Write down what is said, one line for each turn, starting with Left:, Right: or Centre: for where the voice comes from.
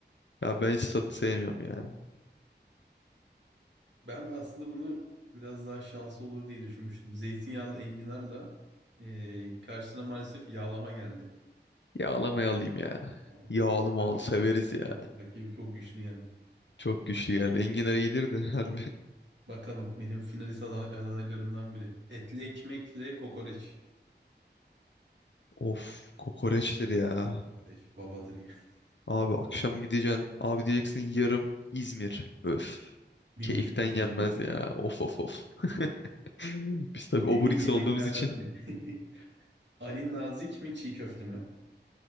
Left: Ya ben hiç tadı sevmiyorum ya.
Right: Ben aslında bunu biraz daha şanslı olur diye düşünmüştüm. Zeytinyağlı enginarla eee, karşısına maalesef yağlama geldi.
Left: Yağlamayı alayım ya.
Right: Yağlama.
Left: Yağlı
Right: Enginar
Left: mal
Right: çok
Left: severiz
Right: güzeldir
Left: ya.
Right: de rakibi çok güçlü geldi.
Left: Çok güçlü geldi. Enginar iyidir de <laughs> harbi.
Right: Bakalım benim finalist aday adaylarımdan biri. Etli ekmekle kokoreç.
Left: Of kokoreçtir ya.
Right: Kokoreç babadır ya. <laughs>
Left: Abi akşam gideceksin. Abi diyeceksin yarım İzmir. Öf.
Right: Bir
Left: Keyiften
Right: buçuk.
Left: yenmez
Right: <laughs>
Left: ya. Of of of. <laughs> Biz tabii
Right: En
Left: obrik
Right: iyi yemeklerden
Left: olduğumuz için.
Right: biri. <laughs> Ali Nazik mi çiğ köfte mi?